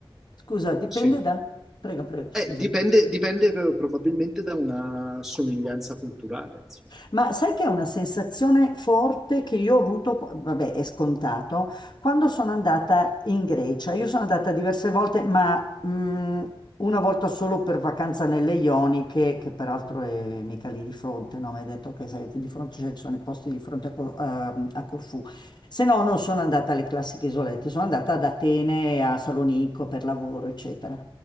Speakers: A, on the left; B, in the centre.
A: Scusa, dipende
B: Sì.
A: da... Prego, prego, scusami.
B: Eh, dipende, dipende pro- probabilmente da una somiglianza culturale, insomma.
A: Ma sai che è una sensazione forte che io ho avuto, vabbè, è scontato, quando sono andata in Grecia. Io sono andata diverse volte, ma mh, una volta solo per vacanza nelle Ioniche, che peraltro è mica lì di fronte, no? Mi hai detto che sei di fronte, cioè, ci sono i posti di fronte a, Co- a- a Corfù. Se no, non sono andata alle classiche isolette, sono andata ad Atene, a Salonicco per lavoro, eccetera.